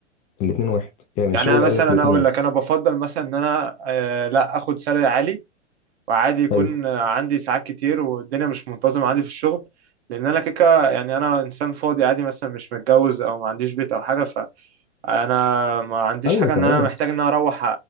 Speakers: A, on the left; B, on the right.
A: الاثنين واحد يعني
B: يعني
A: الشغل
B: انا مثلا
A: قال لك الاثنين
B: انا اقول
A: واحد
B: لك انا بفضل مثلا ان انا آه لا اخد سالري عالي وعادي يكون
A: حلو
B: عندي ساعات كتير والدنيا مش منتظمة عندي في الشغل لان انا كيكه يعني انا انسان فاضي عادي مثلا مش متجوز او ما عنديش بيت او حاجه فانا ما عنديش
A: ايوه
B: حاجه
A: تمام
B: ان انا محتاج ان انا اروح أ-